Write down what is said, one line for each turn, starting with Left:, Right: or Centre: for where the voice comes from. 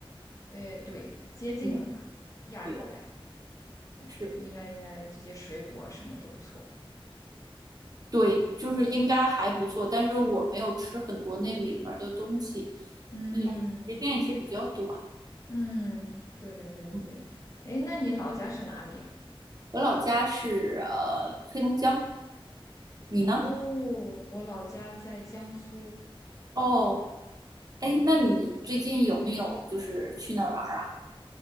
Left: 哎，对，接近了吧，
Right: 嗯，
Left: 亚热带，
Right: 对，
Left: 对，
Right: 是，
Left: 应该应该这些水果啊什么都不错。
Right: 对，就是应该还不错，但是我没有吃很多那里面儿的东西，
Left: 嗯
Right: 嗯，时间也是比较短。
Left: 嗯，对对对对对。
Right: 嗯
Left: 哎，那你老家是哪里呀？
Right: 我老家是呃黑龙江，你呢？
Left: 哦，我老家在江苏。
Right: 哦，哎，那你最近有没有就是去哪儿玩儿啊？